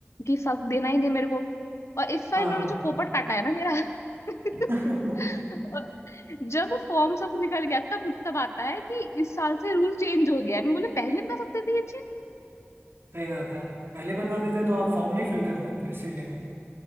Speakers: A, on the left; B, on the right.
A: कि सब देना ही नहीं मेरे को और इस साल
B: हाँ
A: इन्होंने जो पोपट काटा है ना मेरा <laughs>
B: <laughs>
A: और जब फॉर्म सब निकल गया तब तब आता है कि इस साल से रूल चेंज हो गया है मैं बोले पहले नहीं बता सकते थे ये
B: सही बात है पहले बता देते तो आप फॉर्म नहीं फिल कर देते इसीलिए